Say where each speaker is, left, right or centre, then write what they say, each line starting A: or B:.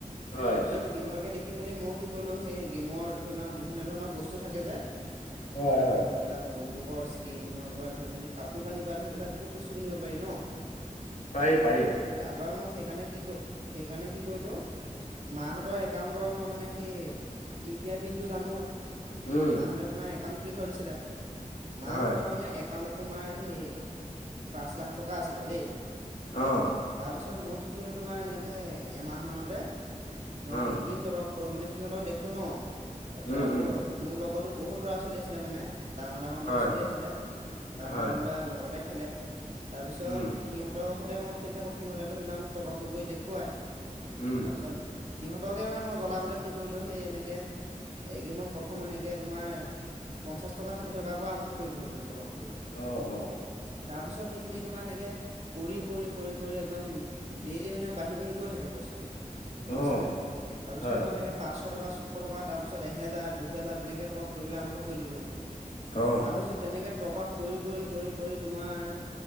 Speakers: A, on the left; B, on the right.
A: হয়।
B: তাৰপিছত সিহঁতকে দেখি সেই মেলি মই কি কৰিলোঁ সেই গেমৰ ধৰি লোৱা বিভিন্ন ধৰণৰ বস্তু থাকে যে
A: হয়,
B: তোমাৰ
A: হয়।
B: ধৰি লোৱা বন্দুকৰ কিন পৰা ধৰি মেলি কাপোৰ কানিৰ পৰা ধৰি পেলাই বহুত বস্তু কিনিব পাৰি ন
A: পাৰি
B: অ
A: পাৰি।
B: তাৰপৰা মই সেইকাৰণে কি কৰি সেইকাৰণে কি কৰিলো মাহঁতৰ একাউণ্টৰ মই মানে সেই ইউ পি আই পিনটো জানো
A: উম
B: মাহঁতে তোমাৰ একাউণ্ট খুলি থৈ দিছিলে মাহঁতৰ
A: হয়
B: মানে একাউণ্টত তোমাৰ সেই পাঁচ লাখ টকা আছিলে দেই
A: অ'
B: তাৰপিছত মই কি কৰিলো তোমাৰ এনেকে এমাহ মানতে তোমাৰ
A: অ
B: এদিন তপ কৰো মানে সিহঁতক দেখো ন তাৰ পিছত
A: উম
B: আকৌ
A: উম
B: মোৰ লগতো বহুত ল'ৰা ছোৱালী আছিলে মানে ডাঙৰ ডাঙৰ ল'ৰা
A: হয়
B: চলি আছিলে ডাঙৰ
A: হয়
B: ডাঙৰ ল'ৰাই লগতে খেলে তাৰপিছত
A: উম
B: সিহঁতৰ সৈতে মই খেলি থাকোঁ সিহঁতে ধৰি লোৱা মোক টপ আপ কৰি দেখুৱায়
A: উম
B: তাৰপিছত সিহঁতকে মানে মই জ্বলাবলে কি কৰিলো সেই এনেকে এই প্ৰথম এনেকে তোমাৰ পঞ্চাশ টকা ষাঠি টকাৰ পৰা আৰম্ভ কৰি দিলো মানে টপাপ কৰিবলৈ
A: অ অ
B: তাৰপিছত সেইখিনি তোমাৰ এনেকে কৰি কৰি কৰি কৰি একদম ডেইলি মানে বাঢ়ি বাঢ়ি গৈ থাকে পইচাটো গম পাইছা
A: অ
B: নে তাৰপিছত
A: হয়
B: মই এনেকে পাঁচশ টকা ছশ টকা তাৰ পিছত এহেজাৰ দুহেজাৰ তেনেকে টপ আপ কৰিবলৈ আৰম্ভ কৰি দিলোঁ
A: অ
B: তাৰপিছত তেনেকে টপ আপ কৰি কৰি কৰি কৰি তোমাৰ